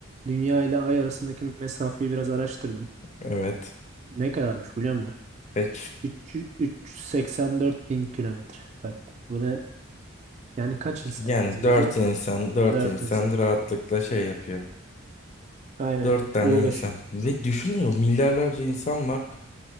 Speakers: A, on the right; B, on the left.
A: dünya ile ay arasındaki mesafeyi biraz araştırdım.
B: Evet.
A: Ne kadarmış biliyor musun?
B: Kaç?
A: 300 384 bin kilometre. Bak buna yani kaç insan
B: Yani
A: lazım
B: dört
A: bize?
B: insan, dört
A: 4
B: insan
A: insan.
B: rahatlıkla şey yapıyor.
A: Aynen
B: Dört tane
A: ulaşıyor.
B: insan. Ve düşünüyor milyarlarca insan var.